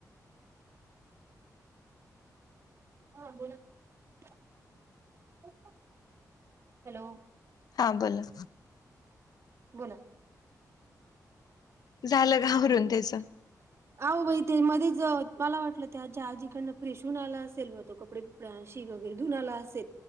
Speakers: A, on the right; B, on the left.
A: हां बोला की हॅलो.
B: हां बोला.
A: बोला.
B: झालं का आवरून त्याच.
A: <inaudible> अहो बाई ते मध्येच मला वाटलं ते त्याच्या आजीकडनं फ्रेशहून आला असेल म तो कपडे. प्रां शी वगैरे धुन आला असेल